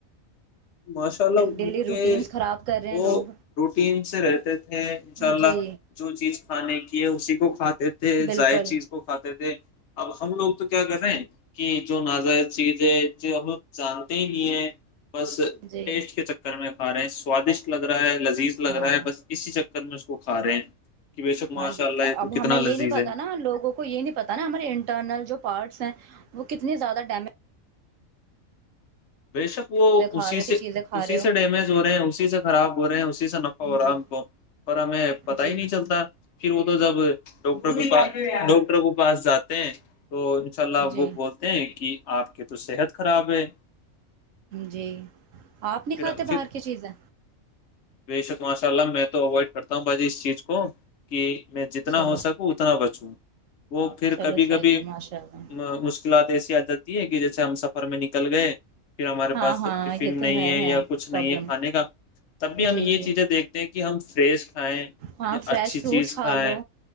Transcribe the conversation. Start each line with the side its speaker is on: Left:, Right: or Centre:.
Left: ماشاء اللہ
Right: ڈیلی
Left: ان
Right: روٹینس
Left: کے
Right: خراب کر رہے ہیں
Left: وہ
Right: لوگ
Left: روٹین سے رہتے تھے انشاء اللہ
Right: جی
Left: جو چیز کھانے کی ہے اسی کو کھاتے تھے
Right: بالکل
Left: ائد چیز کو کھاتے تھے اب ہم لوگ تو کیا کر رہے ہیں کہ جو نزائ چیزیں جو ہم لوگ جانتے ہی نہیں ہیں بس ٹیسٹ
Right: جی
Left: کے چکر میں آ رہے ہیں سوادشٹ لگ رہا ہے لذیذ لگ
Right: ہاں
Left: رہا ہے بس اسی چکر میں اس کو کھا رہے ہیں کہ بے شک ماشاء
Right: ہاں
Left: اللہ یہ تو
Right: اب
Left: کتنا
Right: ہمیں یہ
Left: لذیذ
Right: نہیں پتا
Left: ہے
Right: نا لوگوں کو یہ نہیں پتا نا ہمارے انٹرنل جو پارٹس ہیں وہ کتنی زیادہ ڈیمیج
Left: بےشک وہ
Right: چیزیں کھا
Left: اسی
Right: رہے ہو کی
Left: سے
Right: چیزیں کھا
Left: اسی
Right: رہے ہو
Left: سے ڈیمیج ہو رہے ہیں اسی سے خراب ہو رہے ہیں اسی سے نفع ہو رہا
Right: جی
Left: ہے ہم کو پر ہمیں پتا
Right: جی
Left: ہی نہیں چلتا پھر وہ تو جب پا ڈاکٹر پاس جاتے ہیں تو ان شاء اللہ
Right: جی
Left: وہ بولتے ہیں کہ آپ کی تو صحت خراب ہے
Right: جی آپ نہیں
Left: پھر
Right: کھاتے
Left: پھر
Right: باہر کی چیزیں
Left: بے شک ماشاء اللہ میں تو اوائڈ کرتا ہوں بھجی اس چیز کو کہ میں جتنا
Right: چلو
Left: ہو سکوں اتنا بچوں وہ پھر
Right: چلو
Left: کبھی
Right: صحیح
Left: کبھی
Right: ہے ماشاء اللہ
Left: مشکلات ایسی عادت ہے کہ جیسے ہم سفر میں نکل گئے پھر ہمارے
Right: ہاں
Left: پاس
Right: ہاں
Left: ٹفن
Right: یہ تو
Left: نہیں ہے یا کچھ
Right: پرابلم
Left: نہیں ہے کھانے کا تب بھی ہم
Right: جی
Left: یہ
Right: جی
Left: چیزیں دیکھتے ہیں کہ کہ ہم فریس کھائیں
Right: ہاں
Left: یا
Right: فریش
Left: اچھی چیز
Right: فروٹس کھا
Left: کھائیں
Right: لو